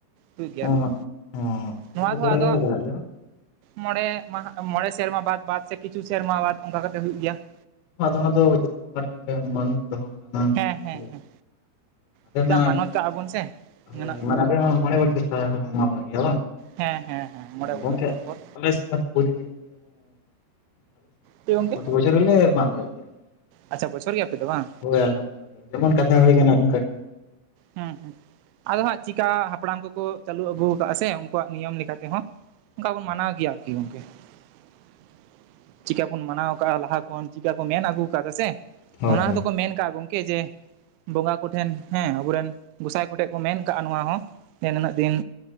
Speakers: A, on the right; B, on the left.
A: ᱦᱩᱭᱩᱜ ᱜᱮᱭᱟ
B: ᱛᱚᱵᱮ
A: ᱟᱨᱠᱤ ᱱᱚᱣᱟ ᱫᱚ
B: ᱠᱚᱨᱮ
A: ᱦᱟᱸᱜ ᱟᱫᱚ
B: ᱦᱚᱸ ᱦᱩᱭ ᱵᱟᱲᱟᱜ ᱜᱮᱭᱟ
A: ᱢᱚᱬᱮ ᱢᱟᱦᱟ ᱢᱚᱬᱮ ᱥᱮᱨᱢᱟ ᱵᱟᱫ ᱵᱟᱫ ᱥᱮ ᱠᱤᱪᱷᱩ ᱥᱮᱨᱢᱟ ᱵᱟᱫ ᱚᱱᱠᱟ ᱠᱟᱛᱮᱫ ᱦᱩᱭᱩᱜ ᱜᱮᱭᱟ ᱾
B: ᱟᱫᱚ ᱚᱱᱟ ᱫᱚ <unintelligible> ᱢᱟᱹᱱ ᱯᱮ ᱫᱚᱦᱚ ᱠᱟᱫᱟ ᱚᱱᱟ ᱦᱤᱥᱟᱹᱵᱽ
A: ᱦᱮᱸ ᱦᱮᱸ
B: ᱛᱮ
A: ᱦᱮᱸ
B: ᱟᱯᱮ
A: ᱪᱤᱠᱟ
B: ᱢᱟ
A: ᱢᱟᱱᱚᱛ ᱠᱟᱜᱼᱟ ᱵᱚᱱ ᱥᱮ
B: ᱦᱳᱭ
A: ᱢᱮᱱᱟᱜ
B: ᱢᱟᱱᱮ ᱟᱯᱮ ᱢᱟ ᱢᱚᱬᱮ ᱵᱚᱪᱷᱚᱨ ᱪᱷᱟᱰᱟ ᱯᱮ ᱢᱟᱜ ᱢᱚᱬᱮᱜ ᱜᱮᱭᱟ ᱵᱟᱝ?
A: ᱦᱮᱸ ᱦᱮᱸ ᱦᱮᱸ ᱢᱚᱬᱮ ᱵᱚᱪᱷᱚᱨ
B: ᱜᱚᱝᱠᱮ
A: ᱯᱚᱨ ᱯᱚᱨ
B: ᱟᱞᱮ ᱥᱮᱫ ᱢᱟᱛᱚ ᱯᱨᱚᱛᱤ ᱵᱚᱪᱷᱚᱨ ᱚᱱᱟ <unintelligible>
A: ᱪᱮᱫ ᱜᱚᱝᱠᱮ
B: ᱯᱚᱛᱤ ᱵᱚᱪᱷᱚᱨ ᱜᱮᱞᱮ ᱢᱟᱜ ᱢᱚᱬᱮ ᱜᱮᱭᱟ
A: ᱟᱪᱪᱷᱟ
B: ᱾
A: ᱵᱚᱪᱷᱚᱨ ᱜᱮ ᱟᱯᱮ ᱫᱚ ᱵᱟᱝ
B: ᱦᱳᱭ ᱟᱞᱮ ᱫᱚ ᱯᱨᱚᱛᱤ ᱵᱚᱪᱷᱚᱨ, ᱡᱮᱢᱚᱱ ᱠᱟᱛᱷᱟ ᱦᱩᱭ ᱠᱟᱱᱟ ᱚᱱᱠᱟ ᱜᱮ ᱾
A: ᱦᱩᱸ ᱦᱩᱸ ᱟᱫᱚ ᱦᱟᱸᱜ ᱪᱤᱠᱟ ᱦᱟᱯᱲᱟᱢ ᱠᱚᱠᱚ ᱪᱟᱹᱞᱩ ᱟᱹᱜᱩ ᱠᱟᱜ-ᱟ ᱥᱮ ᱩᱱᱠᱩᱣᱟᱜ ᱱᱤᱭᱚᱢ ᱞᱮᱠᱟ ᱛᱮᱦᱚᱸ ᱚᱱᱠᱟ
B: ᱦᱳᱭ
A: ᱵᱚᱱ ᱢᱟᱱᱟᱣ ᱜᱮᱭᱟ ᱟᱨᱠᱤ ᱜᱚᱝᱠᱮ ᱾ ᱪᱤᱠᱟ ᱵᱚᱱ ᱢᱟᱱᱟᱣ ᱚᱱᱠᱟ ᱞᱟᱦᱟ ᱠᱷᱚᱱ ᱪᱤᱠᱟ ᱠᱚ ᱢᱮᱱ ᱟᱹᱜᱩ ᱠᱟᱫᱟ ᱥᱮ
B: ᱦᱳᱭ
A: ᱚᱱᱟ
B: ᱦᱳᱭ
A: ᱦᱚᱸᱛᱚ
B: ᱦᱳᱭ
A: ᱠᱚ ᱢᱮᱱ ᱠᱟᱜᱼᱟ ᱜᱚᱝᱠᱮ ᱡᱮ ᱵᱚᱸᱜᱟ ᱠᱚᱴᱷᱮᱱ ᱦᱮᱸ ᱟᱵᱩᱨᱮᱱ ᱜᱚᱸᱥᱟᱭ ᱠᱚᱴᱷᱮᱱ ᱠᱚ ᱢᱮᱱ ᱠᱟᱜᱼᱟ ᱱᱚᱣᱟ ᱦᱚᱸ ᱡᱮ ᱱᱤᱱᱟᱹᱜ ᱫᱤᱱ